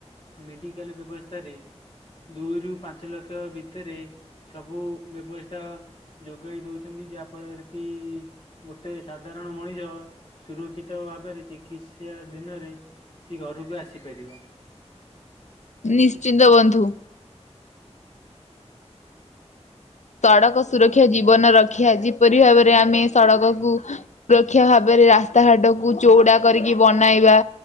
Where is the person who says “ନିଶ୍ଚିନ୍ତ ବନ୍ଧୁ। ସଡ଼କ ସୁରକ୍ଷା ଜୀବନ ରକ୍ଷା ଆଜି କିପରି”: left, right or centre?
Left